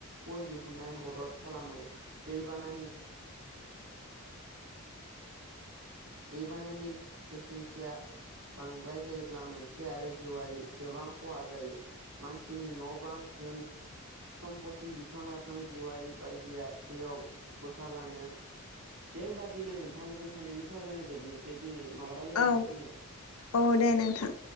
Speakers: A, on the right; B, on the left.
A: फल दिहुन्नाय मदद खालामो दैबानानि दैबानानि गोख्रोंथिया बांद्राय जायोब्ला मोनसे आरो जिउआरि गोबां खहा जायो। मानसिनि न' बां थोन सम्पथि बिफां लाइफां जिउआरि बायदिया दैयाव बोखारलाङो। दे होमबा दिनै नोंथां जों सानैनि सावरायनो जोबनोसै दिनै मालाबा लोगो
B: औ
A: मोनलायसिगोन।
B: औ दे नोंथां।